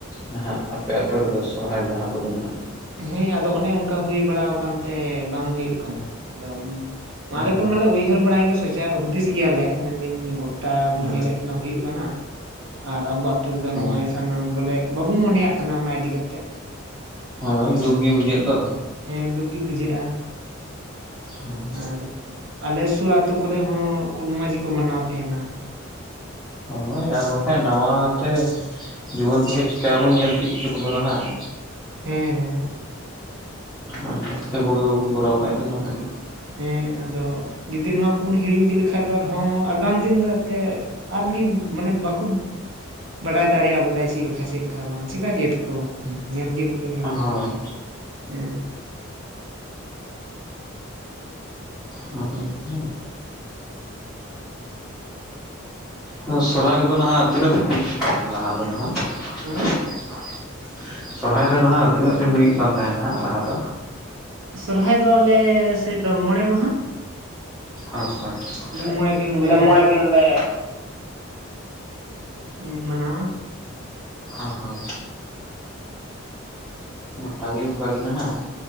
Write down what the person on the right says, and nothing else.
ᱦᱮᱸ ᱟᱫᱚ ᱚᱱᱮ ᱚᱱᱠᱟ ᱦᱩᱭ ᱵᱟᱲᱟ ᱟᱠᱟᱱᱛᱮ ᱵᱟᱝ ᱦᱩᱭᱩᱜ ᱠᱟᱱᱟ ᱟᱫᱚ ᱟᱞᱮ
ᱠᱚ ᱢᱟᱞᱮ ᱩᱭᱦᱟᱹᱨ ᱵᱟᱲᱟᱭ ᱜᱮᱭᱟ ᱥᱚᱪᱟᱣ ᱦᱩᱫᱤᱥ ᱜᱮᱭᱟᱞᱮ ᱢᱮᱱᱫᱟᱹᱧ ᱜᱚᱴᱟ ᱵᱚᱱ
ᱧᱮᱞᱮᱫ ᱠᱟᱱᱟ ᱦᱩᱭᱩᱜ ᱠᱟᱱᱟ, ᱟᱨ ᱟᱵᱚ ᱟᱹᱛᱩᱳ ᱨᱮᱫᱚ
ᱱᱚᱜᱼᱚᱭ ᱥᱟᱱᱟᱢ ᱵᱚᱞᱮ ᱵᱟᱵᱚᱱ ᱢᱚᱱᱮᱭᱟᱜ ᱠᱟᱱᱟ ᱚᱱᱟ ᱤᱫᱤ ᱠᱟᱛᱮᱜ᱾
ᱦᱮᱸ ᱫᱩᱠ ᱜᱤ ᱵᱩᱡᱷᱟᱹᱜ-ᱟ᱾
ᱟᱨ ᱟᱞᱮ ᱥᱩᱨ ᱟᱛᱩ ᱠᱚᱨᱮ ᱦᱚᱸ ᱠᱩᱞ ᱢᱚᱡᱽ ᱜᱤᱠᱩ ᱢᱟᱱᱟᱶ ᱛᱮᱦᱮᱸᱱᱟ᱾
ᱦᱮᱸ ᱦᱮᱸ᱾
ᱦᱮᱸ ᱟᱫᱚ ᱡᱩᱫᱤ ᱱᱩᱶᱟ ᱠᱩᱵᱚᱱ ᱦᱤᱲᱤᱧ ᱤᱫᱤ ᱞᱤᱠᱷᱟᱡ ᱫᱚ ᱟᱨ ᱦᱚᱸ ᱟᱜᱟᱢ ᱫᱤᱱ ᱫᱚ ᱮᱱᱛᱮᱜᱼᱼ ᱟᱨ ᱜᱤ ᱢᱟᱱᱮ ᱵᱟᱠᱩᱵᱽᱼᱼ ᱵᱟᱰᱟᱭ ᱫᱟᱲᱮᱭᱟᱜ-ᱟ ᱵᱚᱞᱮ ᱪᱤᱜ ᱞᱤᱠᱟ ᱪᱤᱜ ᱞᱤᱠᱟ ᱵᱟᱝ ᱪᱤᱠᱟ ᱪᱤᱫᱽ ᱟᱹᱠᱩ ᱦᱩᱸ ᱧᱮᱞ ᱜᱤ ᱠᱩ ᱧᱮᱞ ᱞᱤᱠᱷᱟᱡ,
ᱦᱮᱸ
ᱩᱸᱼᱼ
ᱥᱚᱨᱦᱟᱭ ᱫᱚ ᱟᱞᱮ ᱥᱮᱫ ᱫᱚ ᱢᱚᱬᱮ ᱢᱟᱦᱟᱸ᱾
ᱢᱚᱬᱮ ᱫᱤᱱ
ᱞᱮ
ᱤᱸ ᱢᱟᱱᱟᱣᱟ᱾